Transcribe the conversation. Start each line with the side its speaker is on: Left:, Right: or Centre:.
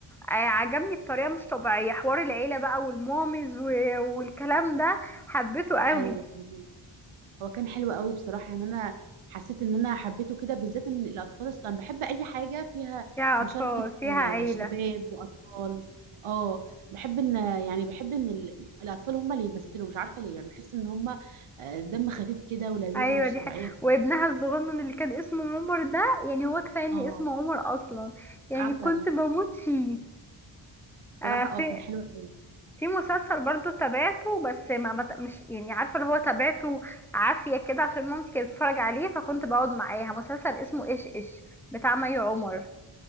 Centre: آه، عجبني بطريقه مش طبيعيه حوار العيله بقى والمامز و- والكلام ده حبيته قوي
Right: ايوه فاهمة. هو كان حلو قوي بصراحه يعني انا حسيت ان انا حبيته كده بالذات ان الاطفال الص- انا بحب اي حاجه فيها
Centre: فيها
Right: مشاركه
Centre: اطفال فيها
Right: آه،
Centre: عيله
Right: شباب واطفال اه بحب ان يعني بحب ان ال... الاطفال هم اللي يمثلوا مش عارفه ليه يعني بحس ان هم آه، دم خفيف كده ولذاذه
Centre: ايوه
Right: مش
Centre: دي
Right: طبيعيه
Centre: حاجة.
Right: في
Centre: وابنها الصغنن اللي كان اسمه عمر ده يعني هو كفايه ان
Right: اه
Centre: اسمه عمر اصلا يعني
Right: عسل
Centre: كنت بموت فيه آه
Right: بصراحه اه
Centre: في
Right: كان حلو قوي
Centre: في مسلسل برضو تابعته بس ما ما- مش يعني عارفه اللي هو تابعته عافيه كده عشان مامتي كانت بتتفرج عليه فكنت بقعد معاها مسلسل اسمه ايش ايش بتاع مي عمر